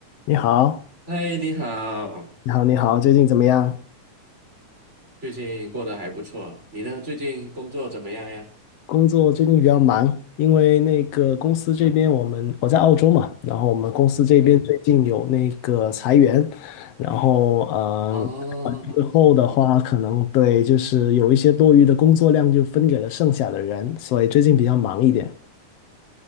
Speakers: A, on the left (about 70°); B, on the right (about 20°).
A: 你好，
B: 嗨，你好，
A: 你好，你好，最近怎么样？
B: 最近过得还不错，你呢？最近工作怎么样呀？
A: 工作最近比较忙，因为那个公司这边我们我在澳洲嘛，然后我们公司这边最近有那个裁员，
B: 嗯，
A: 然后嗯，
B: 哦，
A: 裁完之后的话，
B: 我
A: 可能对就是有一些多余的工作量就分给了剩下的人，所以最近比较忙一点。